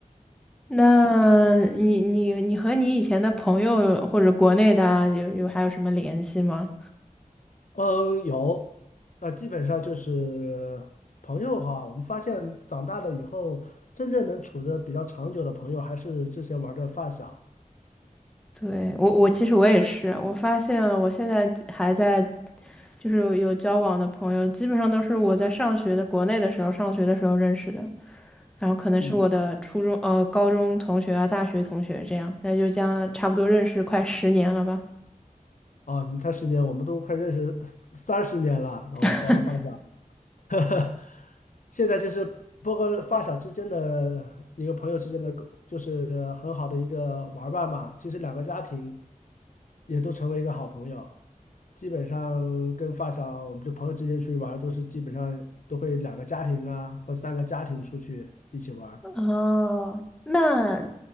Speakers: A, in the centre; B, on the left.
A: 那你你你和你以前的朋友或者国内的啊，有有还有什么联系吗？
B: 嗯，有，那基本上就是朋友哈，我们发现长大了以后，真正能处的比较长久的朋友，还是之前玩的发小。
A: 对，我我其实我也是，我发现我现在还在，就是有有交往的朋友，基本上都是我在上学的国内的时候，上学的时候认识的，然后可能是我的初中呃高中同学啊，
B: 嗯，
A: 大学同学这样，那就将差不多认识快十年了吧。
B: 啊，你看十年，我们都快认识三十年了，我我的发小。
A: <laughs>
B: <laughs> 现在就是包括发小之间的一个朋友之间的，就是很好的一个玩伴嘛。其实两个家庭也都成为一个好朋友，基本上跟发小，我们就朋友之间出去玩儿都是基本上都会两个家庭啊，或三个家庭出去一起玩儿
A: 哦，那